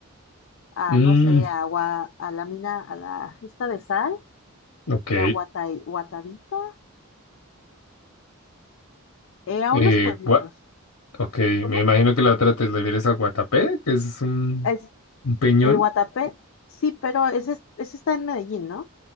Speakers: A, on the left (about 60°); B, on the left (about 75°).
A: a
B: Mm,
A: no sé, a, Gua- a la mina, a la esta de sal
B: ok.
A: y a Guata, Guatavita, eh, a
B: Eh,
A: unos pueblitos.
B: gua- ok,
A: ¿Cómo?
B: me imagino que la otra te refieres a Guatapé, que es un,
A: Es
B: un peñón.
A: el Guatapé. Sí, pero ese, es- ese está en Medellín, ¿no?